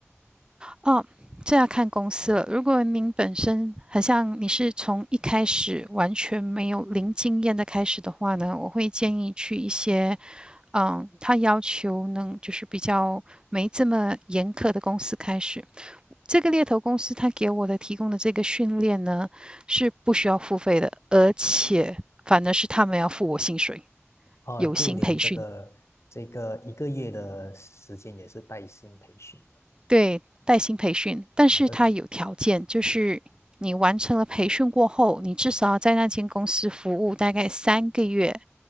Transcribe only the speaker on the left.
哦，
就连这个这个一个月的时间也是带薪培训的
啊，这